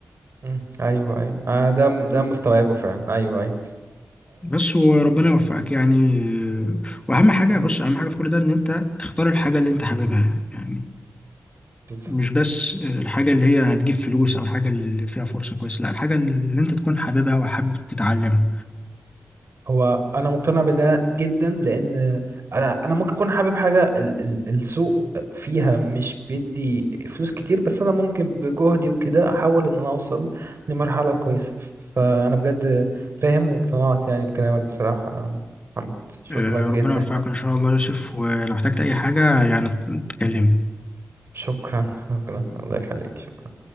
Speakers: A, on the right; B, on the left.
A: مم. أيوه أيوه آه، ده ده مستوعبه فعلا أيوه أيوه
B: بس وربنا يوفقك يعني واهم حاجة
A: أم...
B: بص اهم حاجة في كل ده ان انت تختار الحاجة اللي انت حاببها يعني
A: بالظبط
B: مش بس الحاجة اللي هي هتجيب فلوس او الحاجة اللي فيها فرصة كويسة لا الحاجة اللي انت تكون حاببها وحابب تتعلمها
A: هو انا مقتنع بده جدا لان انا انا ممكن اكون حابب حاجه ال ال السوق فيها مش بيدي فلوس كتير بس انا ممكن بجهدي وكده احاول ان انا اوصل لمرحله كويسه فانا بجد فاهم واقتنعت يعني بكلامك بصراحه يا محمد شكرا
B: آه،
A: جدا
B: ربنا يوفقك ان شاء الله يا يوسف ولو احتجت اي حاجة يعني تكلمني
A: شكرا شكرا الله يخليك شكرا